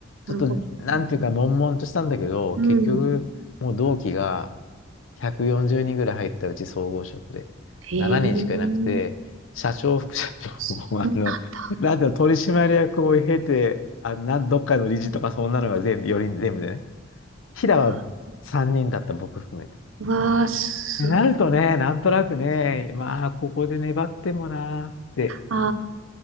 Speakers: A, on the right; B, on the left.
A: なるほど。
B: ちょっと、なんていうか、悶々としたんだけど、
A: うん。
B: 結局、もう同期が、140人ぐらい入ったうち総合職で。
A: へえ、
B: 7人しかいなくて、社長、副社長も、
A: そうなんだ。
B: <laughs> あの、<laughs> なんていうの、取締役を経て、あの、なん、どっかの理事とかそんなのが全部、4全部でね。平は3人だった、
A: うわあ、
B: 僕含めて。
A: うわあす、
B: でなるとね、なんとなくね、まあ、ここで粘ってもなーって
A: あ